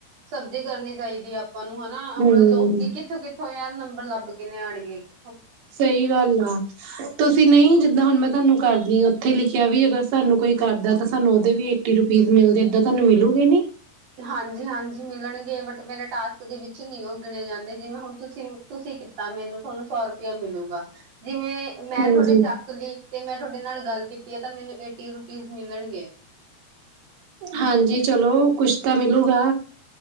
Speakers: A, on the right; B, on the right.
A: ਸਬਦੀ ਕਰਨੀ ਚਾਹੀਦੀ ਆਪ ਆਪਾਂ ਨੂੰ ਹਨਾ। ਹੁਣ
B: ਹੂੰ
A: ਲੋਕੀ ਕਿੱਥੋਂ-ਕਿੱਥੋਂ ਯਾਰ ਨੰਬਰ ਲੱਭ ਕਿੰਨੇ ਆਉਣਗੇ ਇੱਕ
B: ਸਹੀ ਗੱਲ ਆ। ਤੁਸੀਂ ਨਹੀਂ ਜ ਨਾ, ਹੁਣ ਮੈਂ ਤੁਹਾਨੂੰ ਕਰਦੀ ਹਾਂ। ਉੱਥੇ ਲਿਖਿਆ ਵੀ, ਅਗਰ ਸਾਨੂੰ ਕੋਈ ਕਰਦਾ ਤਾਂ ਸਾਨੂੰ ਉਹਦੇ ਵੀ ਏਟੀ ਰੁਪੀਜ਼ ਮਿਲਦੇ। ਏਦਾਂ ਤੁਹਾਨੂੰ ਮਿਲੂਗੇ ਨੀ।
A: ਹਾਂਜੀ, ਹਾਂਜੀ, ਮਿਲਣਗੇ। ਬਟ ਮੇਰੇ ਟਾਸਕ ਦੇ ਵਿੱਚ ਨਹੀਂ ਉਹ ਗਿਣੇ ਜਾਂਦੇ। ਜਿਵੇਂ ਹੁਣ ਤੁਸੀਂ ਤੁਸੀਂ ਕੀਤਾ ਮੈਨੂੰ, ਤੁਹਾਨੂੰ ਸੌ ਰੁਪਇਆ ਮਿਲੂਗਾ। ਜਿਵੇਂ ਮੈਂ
B: ਹਾਂਜੀ
A: ਥੋਡੀ ਚੱਕ ਲਈ ਤੇ ਮੈਂ ਤੁਹਾਡੇ ਨਾਲ ਗੱਲ ਕੀਤੀ ਹੈ ਤਾਂ, ਮੈਨੂੰ ਏਟੀ ਰੁਪੀਜ਼ ਮਿਲਣਗੇ।
B: ਹਾਂਜੀ। ਚਲੋ ਕੁਛ ਤਾਂ ਮਿਲੂਗਾ।